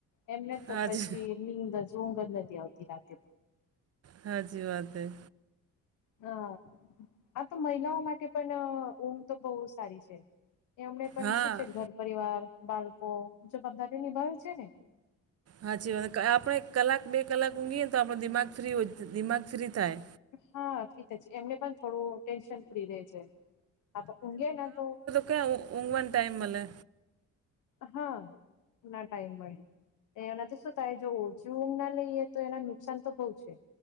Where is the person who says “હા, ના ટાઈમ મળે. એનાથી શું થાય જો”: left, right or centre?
Left